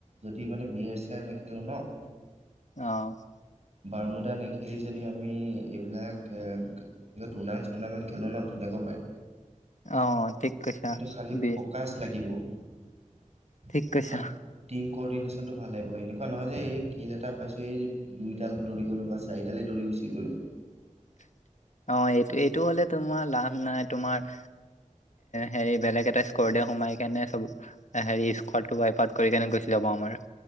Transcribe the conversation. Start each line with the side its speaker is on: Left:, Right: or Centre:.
Right: যদি মানে বি আৰ চিআৰ নেখেলোঁ ন'।
Left: অঁ' ।
Right: বাৰ্মুদা নেখেলি যদি আমি এইবিলাক অ টুৰ্ণামেট চুৰ্ণামেণ্ট খেলোঁ ন ধুনীয়াকৈ <unintelligible>
Left: অঁ ঠিক। কৈছা
Right: কিন্ত খালি
Left: বি
Right: ফকাচ লাগিব আৰু
Left: ঠিক কৈছা
Right: টিম কৰদিনেচ চনটো ভাল হব এনেকুৱা নহয় যে এই কিল এটা পাইছোঁ এই দুইডাল দৌৰি গ'লো বা চাৰিডালেই দৌৰি গুচি গ'লো ।
Left: <inaudible> অঁ' এইটো এইটো হলে তোমাৰ লাভ নাই তোমাৰ হেৰি বেলেগ এটা স্কৰ দে <unintelligible> সোমাই কেনে <unintelligible> অ' হেৰি স্কৰ টো পাই। পাৰ্ট কৰি কেনে গৈছিলে বাৰু আমাৰ।